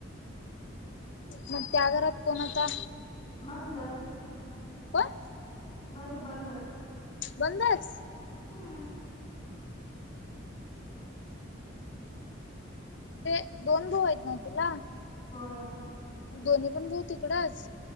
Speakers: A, on the left; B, on the left.
A: मग त्या घरात कोण आता?
B: बंद
A: कोण
B: बंद बंद
A: बंदच.
B: हम
A: ते दोन भाऊ आहेत ना तुला?
B: होय.
A: म दोन्ही पण भाऊ तकडंच.